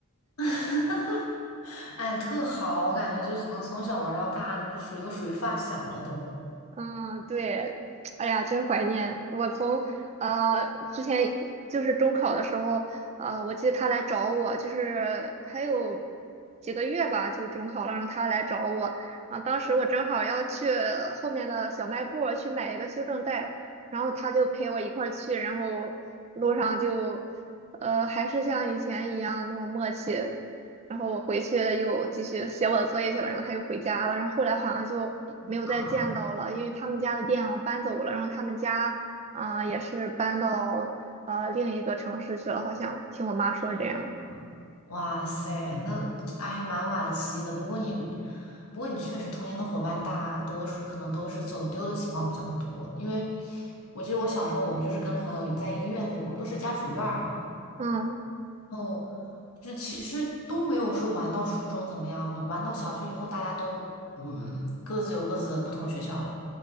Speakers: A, on the left; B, on the right.
A: <laughs> 哎，特好，我感觉就只能从小玩到大，那就属于都属于发小了都
B: 嗯，对，哎呀，真怀念！我从呃之前就是中考的时候，呃，我记得他来找我，就是还有几个月吧，就中考了，让他来找我啊。当时我正好要去后面的小卖部儿去买一个修正带，然后他就陪我一块儿去，然后路上就呃还是像以前一样那么默契。然后我回去又继续写我的作业去了，然后他又回家了，然后后来好像就没有再见到了，
A: 啊。
B: 因为他们家的店啊搬走了，然后他们家啊、呃也是搬到呃另一个城市去了，好像听我妈说是这样。
A: 天啊哇塞，那哎还蛮惋惜的。不过你，不过你确实童年的伙伴大多数可能都是走丢的情况比较多，因为我记得我小时候我们就是跟朋友在一个院子里，我们都是家属院儿嘛，
B: 嗯
A: 然后就是其实都没有说玩到初中怎么样的，玩到小学以后大家都嗯各自有各自的不同学校了，